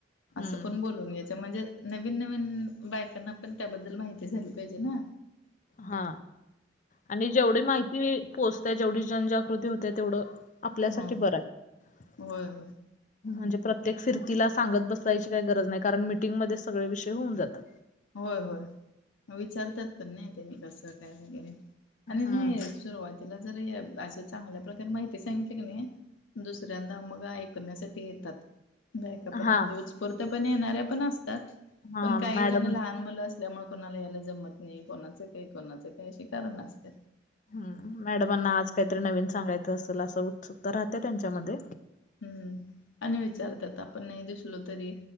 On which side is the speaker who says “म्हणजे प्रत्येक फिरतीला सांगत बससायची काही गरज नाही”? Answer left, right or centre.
Left